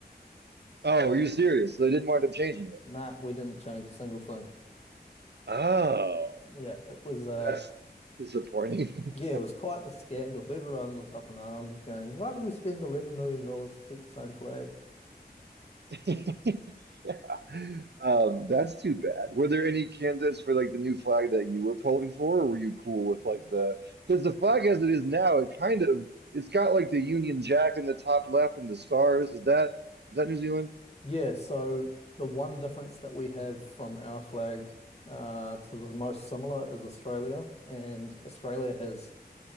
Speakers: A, on the right; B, on the left.
A: Oh, are you serious? So they didn't wind up changing it.
B: Nah, we didn't change a single thing.
A: Oh.
B: Yeah, it was uh
A: That's disappointing.
B: yeah, it was quite the scandal. Everyone was up in arms going, why did we spend 11 million dollars to keep the same flag?
A: <laughs> Yeah. Um, that's too bad. Were there any candidates for like the new flag that you were polling for, or were you cool with like the because the flag as it is now, it kind of it's got like the Union Jack in the top left and the stars. Is that is that New Zealand?
B: Yeah, so the one difference that we have from our flag uh to the most similar is Australia, and Australia has